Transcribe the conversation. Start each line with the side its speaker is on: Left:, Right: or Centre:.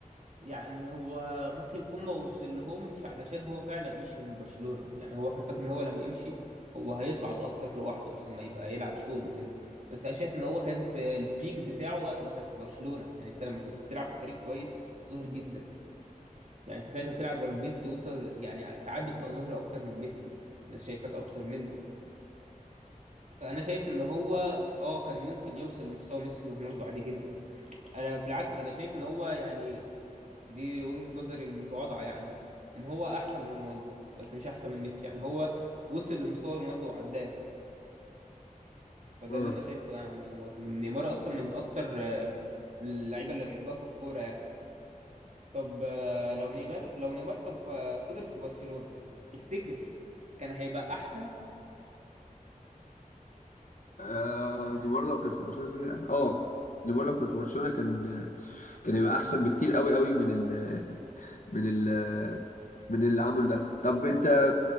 Right: يعني هو ممكن يكون ما وصل لهمش علشان هو فعلا مشي من برشلونة يعني هو كان فاكر ان هو لما يمشي هو هيصعد اكتر لوحده عشان ما يبقى يلعب سولو كده بس انا شايف ان هو كان في البيك بتاعه وقت ما كان في برشلونة يعني انت لما كنت بتلعب في فريق كويس انت كنت ظاهر جدا يعني تخيل انت بتلعب جنب ميسي وانت يعني ساعات بتبقى ظاهر اكتر من ميسي الناس شايفاك اكتر منه فانا شايف ان هو اه كان ممكن يوصل لمستوى ميسي ورونالدو عادي جدا انا بالعكس انا شايف ان هو يعني دي وجهة نظري المتواضعة يعني ان هو احسن من رونالدو بس مش احسن من ميسي يعني هو وصل لمستوى رونالدو وعداه فده
Left: اه
Right: اللي انا شايفه يعني عن نيمار إن نيمار اصلا من اكتر آه، اللعيبة اللي بحبها في الكورة يعني طب آه، لو نيمار لو نيمار كان ف- فضل في برشلونة تفتكر كان هيبقى احسن
Left: آه، نيمار لو كان في برشلونة زي- اه نيمار لو كان في برشلونة كان كان هيبقى احسن بكتير قوي قوي من ال من ال من اللي عمله ده طب انت